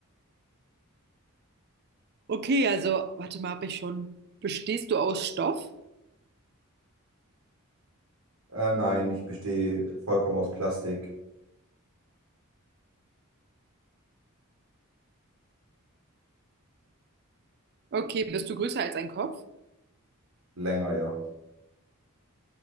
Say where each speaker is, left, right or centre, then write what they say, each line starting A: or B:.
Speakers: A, on the right; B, on the right.
A: Okay, also, warte mal, habe ich schon. Bestehst du aus Stoff?
B: Ähm, nein, ich bestehe vollkommen aus Plastik.
A: Okay, bist du größer als ein Kopf?
B: Länger, ja.